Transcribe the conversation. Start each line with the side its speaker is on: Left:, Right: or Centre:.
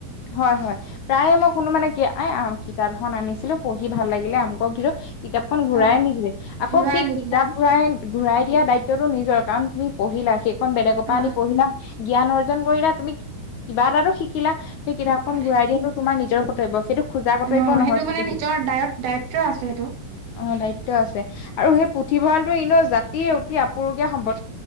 Left: হয় হয় প্ৰায়ে মই কোনো মানে কি কিতাপ এখন আনিছিলো পঢ়ি ভাল লাগিলে অমুকক কিন্তু কিতাপখন ঘূৰাই
Right: অ
Left: নিদিলে আকৌ
Right: ঘূৰাই
Left: সেই
Right: নিদিলে
Left: কিতাপ ঘূৰাই ঘূৰাই দিয়া দায়িত্বটো নিজৰ। কাৰণ তুমি পঢ়িলা সেইখন বেলেগৰ পৰা
Right: অ
Left: আনি পঢ়িলা। জ্ঞান অৰ্জন কৰিলা তুমি কিবা এটা শিকিলা। সেই কিতাপখন
Right: কিবা
Left: ঘূৰাই
Right: এটা
Left: দিয়া টো তোমাৰ নিজৰ প্ৰতি সেইটো খোজা কৰ্তব্য
Right: অ
Left: নহয়
Right: সেইটো
Left: সেই
Right: মানে নিজৰ দায়ত দায়িত্ব আছে সেইটো
Left: অ দিত আছে আৰু সেই পুথিভঁৰালটো ইনেও জাতি অতি আপুৰু সম্পদ